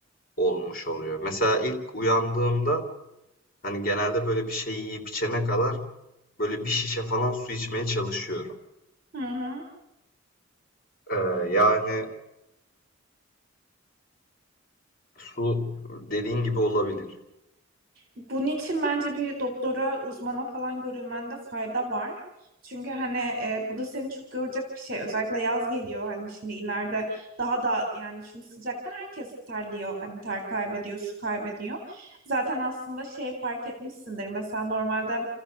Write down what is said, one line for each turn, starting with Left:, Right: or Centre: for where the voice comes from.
Left: olmuş oluyor. Mesela ilk uyandığımda, hani, genelde böyle bir şey yiyip içene kadar böyle bir şişe falan su içmeye çalışıyorum.
Right: Hı hı.
Left: Eee, yani, su dediğin gibi olabilir.
Right: Bunun için bence bir doktora, uzmana falan görülmende fayda var. Çünkü hani e, bu da seni çok görecek bir şey. Özellikle yaz geliyor hani şimdi ileride daha da yani şimdi sıcakta herkes terliyor. Hani ter kaybediyor, su kaybediyor. Zaten aslında şey fark etmişsindir. Mesela normalde